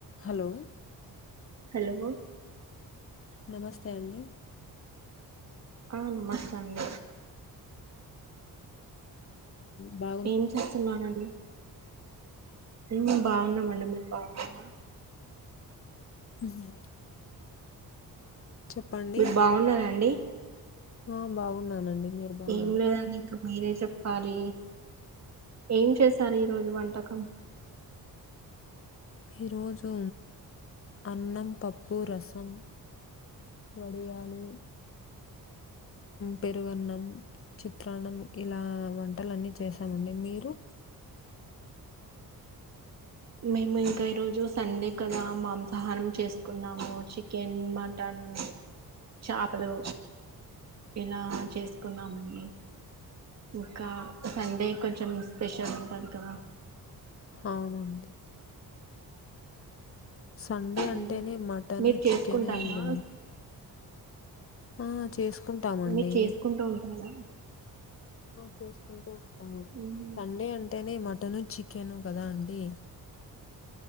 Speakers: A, on the left; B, on the right.
A: హలో
B: హలో
A: నమస్తే అండి
B: ఆ నమస్త అండి
A: బా
B: ఏం చేస్తున్నారండి మేం బావున్నామండి మీరు బావున్నారా
A: హ్మ్. చెప్పండి.
B: మీరు బాగునరాండి
A: ఆ బాగున్నానండి మీరు బాగున్నారా?
B: ఏం లేదండి ఇంకా మీరే చెప్పాలి ఏం చేశారు ఈ రోజు వంటకం
A: ఈ రోజు అన్నం పప్పు రసం వడియాలు పెరుగన్నం చిత్రాన్నం ఇలా వంటలు అన్నీ చేసామండి మీరు
B: మేము ఇంకా ఈరోజు సండే కదా మాంసాహారం చేసుకున్నాము చికెన్ మ టన్ చేపలు ఇలా చేసుకున్నామండి ఇంకా సండే కొంచెం స్పెషల్ ఉంటది కదా
A: అవునండి సండే అంటేనే
B: ఉమ్
A: మటను
B: మీరు చేసుకుంటారా
A: చికెన్ ఇవన్నీ ఆ! చేసుకుంటామండి.
B: మీరు చేసుకుంటూ ఉంటుందా
A: చేసుకుంటూ ఉంటాము
B: మ్మ్
A: సండే అంటేనే మటను చికెను కదా అండి